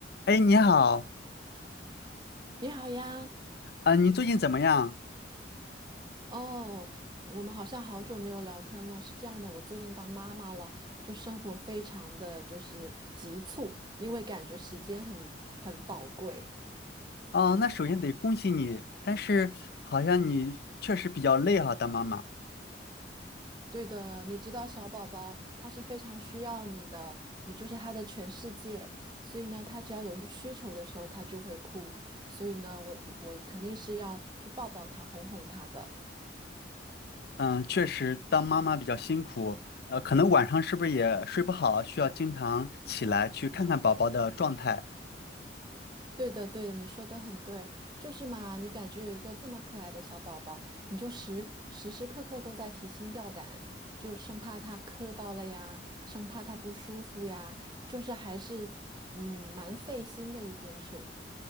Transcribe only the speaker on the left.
哎，你好，
啊、你最近怎么样？
哦，那首先得恭喜你，但是好像你确实比较累哈、当妈妈。
嗯，确实当妈妈比较辛苦，呃，可能晚上是不是也睡不好，需要经常起来去看看宝宝的状态。